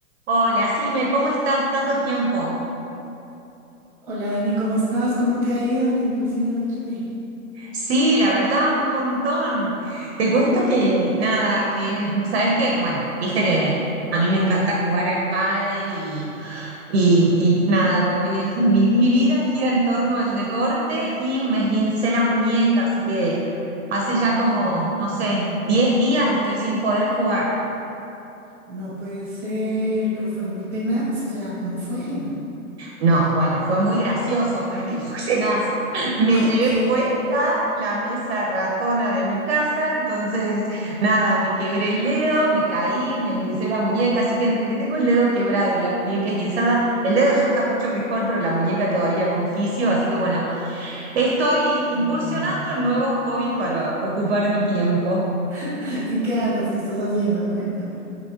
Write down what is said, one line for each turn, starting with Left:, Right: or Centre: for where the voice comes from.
Right: Hola, Sime, ¿cómo estás? Tanto tiempo.
Centre: Hola Dani, ¿cómo estás? ¿Cómo te ha ido? Tiempo sin oírte.
Right: Sí, la verdad, un montón. Te cuento que, nada, eh, ¿sabes qué? Bueno, viste que a mí me encanta jugar al pádel y, y, y nada, como que <laughs> mi, mi vida gira en torno al deporte y me esguincé la muñeca, así que hace
Centre: No,
Right: ya como, no sé, 10 días estoy sin poder jugar.
Centre: no puede ser, pero fue muy tenaz, o sea, ¿cómo fue? <laughs>
Right: No, bueno, fue muy gracioso, más que fusionás. <laughs> Me
Centre: Ah,
Right: llevé
Centre: Ok,
Right: puesta la mesa ratona de mi casa, entonces nada, me quebré el dedo, me caí, me esguincé la muñeca, así que entre que tengo el dedo quebrado y la muñeca esguinzada, el dedo ya está mucho mejor, pero la muñeca todavía con fisio, así que bueno, estoy incursionando
Centre: wow.
Right: en nuevos hobbies para ocupar mi tiempo.
Centre: <laughs> ¿En qué andas? ¿Qué estás haciendo? Cuéntame.